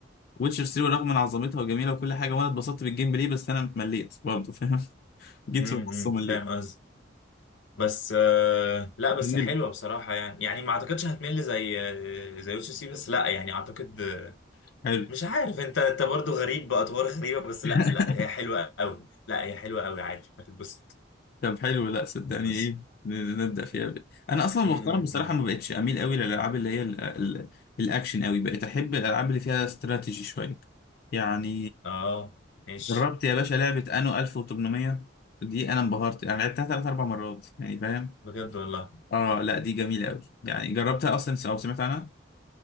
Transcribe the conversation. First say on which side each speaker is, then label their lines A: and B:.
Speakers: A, on the left; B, on the left.
A: ويتشر 3 رغم من عظمتها وجميله وكل حاجه وانا اتبسطت بالجيم بلاي بس انا مليت برضه فاهم <laughs> جيت
B: امم
A: في النص ومليت
B: فاهم قصدك بس آه... لا بس
A: جميل
B: حلوه بصراحه يعني يعني ما اعتقدش هتمل زي آه، زي يوسف سي سي. بس لا يعني اعتقد
A: حلو
B: مش عارف انت انت برضو غريب باطوار غريبه بس
A: <laughs>
B: لا لا هي حلوه قوي لا هي حلوه قوي عادي هتتبسط
A: طب حلو لا صدقني
B: هتتبسط
A: ايه ن- ن- نبدا فيها ب- انا اصلا
B: م-
A: مؤخرا
B: م-
A: بصراحه
B: م.
A: ما بقتش اميل قوي للالعاب اللي هي ال- ال- الاكشن قوي بقيت احب الالعاب اللي فيها استراتيجي شويه يعني
B: اه ماشي
A: جربت يا باشا لعبة انو 1800 دي انا انبهرت انا لعبتها ثلاث اربع مرات يعني فاهم
B: بجد والله
A: اه لا دي جميلة قوي يعني جربتها اصلا او سمعت عنها